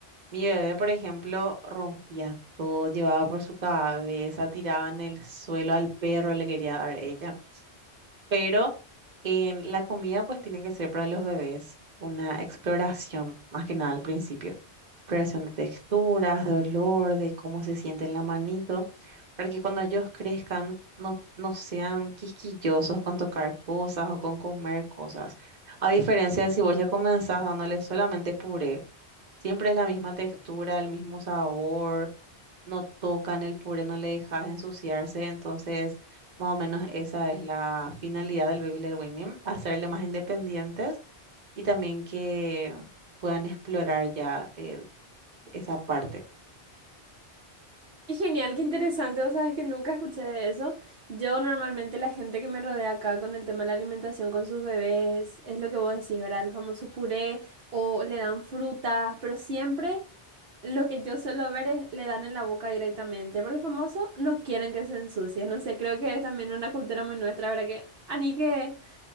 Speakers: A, on the right (about 45°); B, on the right (about 65°).
A: Mi bebé, por ejemplo, rompía todo, llevaba por su cabeza, tiraba en el suelo al perro, le quería dar ella pero en la comida pues tiene que ser para los bebés una exploración, más que nada al principio, exploración de texturas, de olor, de cómo se siente en la manito, para que cuando ellos crezcan no, no sean quisquillosos con tocar cosas o con comer cosas. A diferencia de si vos ya comenzás dándoles solamente puré, siempre es la misma textura, el mismo sabor no tocan el puré, no le dejas ensuciarse. Entonces, más o menos esa es la finalidad del Baby Led Winning, hacerle más independientes y también que puedan explorar ya eh, esa parte.
B: Qué genial, qué interesante. Vos sabés que nunca escuché de eso. Yo normalmente la gente que me rodea acá con el tema de la alimentación con sus bebés es lo que vos decís, ¿verdad? El famoso puré o le dan frutas, pero siempre lo que yo suelo ver es le dan en la boca directamente, porque famoso no quieren que se ensucie. No sé, creo que es también una cultura muy nuestra, ¿verdad? Que, ani que